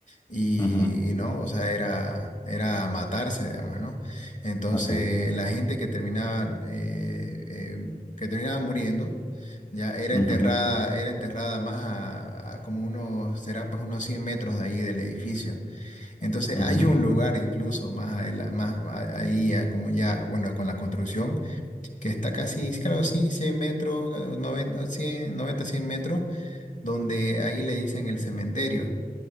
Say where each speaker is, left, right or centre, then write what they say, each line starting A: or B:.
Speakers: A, on the left; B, on the left.
A: y,
B: Ujú,
A: y no, o sea, era, era matarse, digamos, ¿no? Entonces,
B: Ok,
A: la gente que terminaba, eh, eh, que terminaba muriendo, ya era
B: ujú,
A: enterrada, era enterrada más a, a como unos, será pues unos 100 metros de ahí del edificio. Entonces,
B: ujú,
A: hay un lugar incluso más, adela- más a- ahí, a como ya, bueno, con la construcción, que está casi, claro, sí, 100 metros, noventa cien 90 100 metros donde ahí le dicen el cementerio.